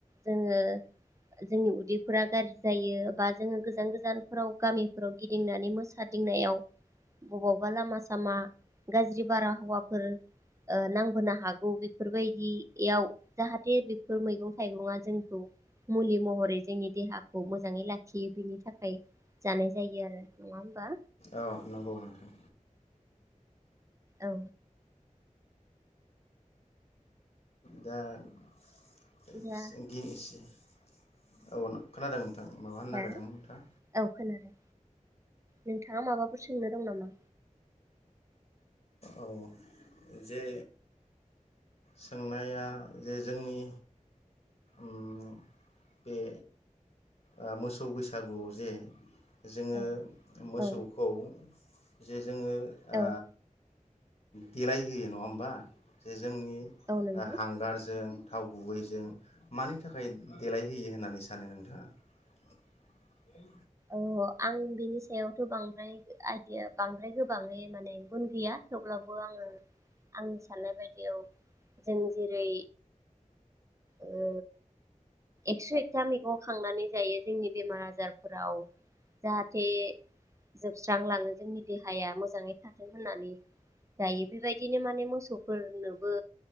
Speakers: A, on the right; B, on the left.
A: जोङो जोंनि उदैफोरा गाज्रि जायो बा जोङो गोजान गोजानफोराव गामिफोराव गिदिंनानै मोसादिंनायाव बबावबा लामा सामा गाज्रि बारा हौवाफोर ओ नांबोनो हागौ बेफोरबायदि इयाव जाहाथे बेफोर मैगं थाइगङा जोंखौ मुलि महरै जोंनि देहाखौ मोजाङै लाखियो बिनि थाखाय जानाय जायो आरो नङा होमबा
B: औ नंगौ नोंथां
A: औ
B: दा <unintelligible>
A: दा
B: औ नों खोनादों थां माबाफोर होननो
A: हो
B: नागिरदोंमोन नोंथां
A: औ खोनादों नोंथाङा माबाफोर सोंनो दं नामा
B: औ जे सोंनाया जे जोंनि उम बेे ओ मोसौ बैसागुआव जे जोङो
A: औ
B: मोसौखौ
A: औ
B: जे जोङो आ
A: औ
B: देलाइ होयो नङा होमबा ज जोंनि
A: औ नंगौ
B: हांगारजों थाव गुबैजों मानि थाखाय देलायहोयो होननानै सानो नोंथाङा ओं
A: औ आं बिनि सायावथ बांद्राय आइदिया बांद्राय गोबाङै माने गुन गैया थेवब्लाबो आङो आंनि साननाय बायदि औ जों जेरै ओ एक्स एकथा मैगं खांनानै जायो जोंनि बेमार आजार फोराव जाहाथे जोबस्रांलाङो जोंनि देहाया मोजाङै थाथों होननानै जायो बेबायदिनो माने मोसौफोरनोबो